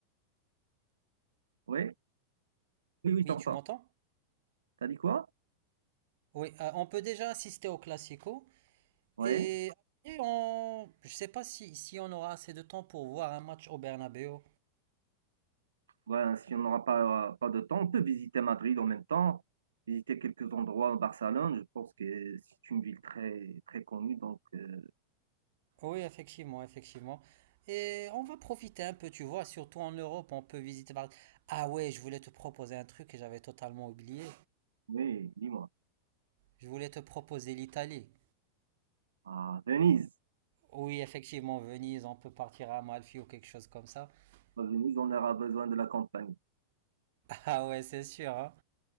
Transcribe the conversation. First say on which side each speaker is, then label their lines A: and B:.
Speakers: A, on the right; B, on the right.
A: oui, oui, oui, je
B: Oui,
A: t'entends.
B: tu m'entends?
A: T'as dit quoi?
B: Oui, euh, on peut déjà assister au Classico.
A: Oui.
B: Et après, on... je sais pas si, si on aura assez de temps pour voir un match au Bernabéu.
A: Ben, si on n'aura pas pas de temps, on peut visiter Madrid en même temps, visiter quelques endroits à Barcelone. Je pense que c'est une ville très très connue. Donc euh,
B: Oui, effectivement, effectivement. Et on va profiter un peu, tu vois, surtout en Europe, on peut visiter par... Ah ouais, je voulais te proposer un truc et j'avais totalement oublié.
A: oui, dis-moi.
B: Je voulais te proposer l'Italie.
A: À Venise.
B: Oui, effectivement, Venise, on peut partir à Amalfi ou quelque chose comme ça. <laughs>
A: À Venise, on aura besoin de la compagnie.
B: Ah ouais, c'est sûr, hein.